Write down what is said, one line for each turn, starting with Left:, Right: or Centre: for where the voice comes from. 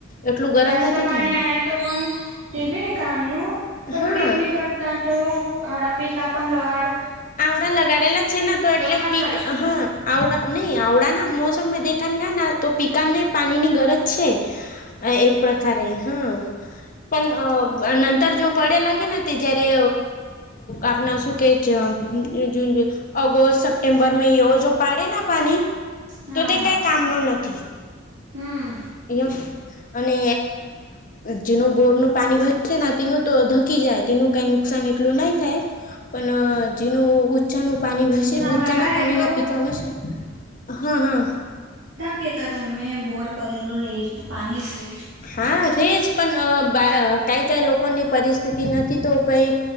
Left: એટલું ગરમ
Right: જાસ્ત
Left: નથી
Right: પાણી
Left: થાય
Right: આ તો પણ તે ભી ને કામનું. પણ
Left: હા
Right: પીક નની કરતા તો આડા પીક આપ લગાડ
Left: આવડા લગાડેલા છે ને તો એટલે
Right: થાસ
Left: પીક
Right: જ
Left: હા આવડા નહી આવડા ના મો મે દેખા ગા ના તો પીકનને પાણીની ગરજ છે, એક પ્રકારે હા. પણ નંતર જો પડ્યા લાગે ને તે જયારે, આપણા શું કેહે છે. જૂન જ ઓગસ્ટ સપ્ટેમ્બર મે એ જો પાડે ના પાણી.
Right: હા
Left: તો તે
Right: હા
Left: કઈ કામનો નથી.
Right: હમ
Left: એમ, અને જેનું બોર ન પાણી ભ છે તેનું તો ધકી જાય તેનું કઈ નુકસાન એટલું નહી થાય. પણ જેનું ઉચા ન પાણી હશે
Right: અમારા
Left: ઊંચાના પાણી
Right: એ તો
Left: ના પીતા હશે, હા હા.
Right: કેતરનમે બોર કરેલું રહે પણી રહી.
Left: હા રેજ પણ કઈ કઈ લોકોની પરિસ્થિતિ નથી તો કઈ.